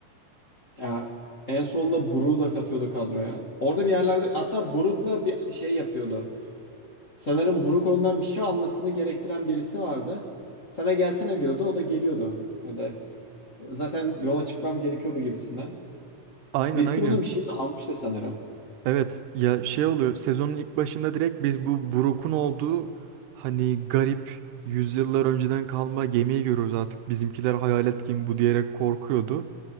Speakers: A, on the left; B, on the right.
A: Ya, en sonunda Brook'u da katıyordu kadroya. Orada bir yerlerde hatta Brook'la bir şey yapıyordu. Sanırım Brook ondan bir şey almasını gerektiren birisi vardı. Sana gelsene diyordu. O da geliyordu. Ya da zaten yola çıkmam gerekiyordu gibisinden.
B: Aynen
A: Birisi
B: aynen.
A: bunun bir şeyini almıştı sanırım.
B: Evet ya şey oluyor sezonun ilk başında direkt biz bu Brook'un olduğu hani garip yüzyıllar önceden kalma gemiyi görüyoruz artık. Bizimkiler hayalet gemi bu diyerek korkuyordu.